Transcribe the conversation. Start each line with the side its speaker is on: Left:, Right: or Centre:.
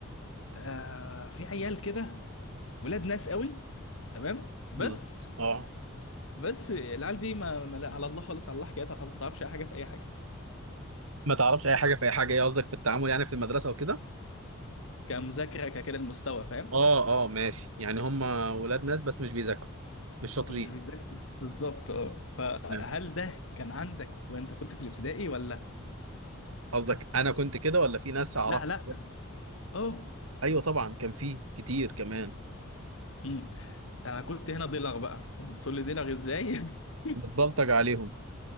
Left: آه، في عيال كده ولاد ناس قوي تمام بس
Right: بالظبط اه
Left: بس العيال دي ما, ما لا على الله خالص على الله حكايتها خالص ما تعرفش اي حاجه في اي حاجه
Right: ما تعرفش اي حاجه في اي حاجه ايه قصدك في التعامل يعني في المدرسه وكده
Left: كمذاكره ككده المستوى فاهم
Right: اه اه ماشي يعني هم ولاد ناس بس مش بيذاكروا مش شاطرين
Left: ومش بيذاكر بالظبط اه فهل
Right: تمام.
Left: ده كان عندك وانت كنت في الابتدائي ولا
Right: قصدك انا كنت كده ولا في ناس اعرفها
Left: لا لا
Right: كده؟
Left: اه
Right: ايوه طبعا كان في كتير كمان
Left: امم انا كنت هنا ضلع بقى يعني تقول لي ضلع ازاي <laughs>
Right: بتبلطج عليهم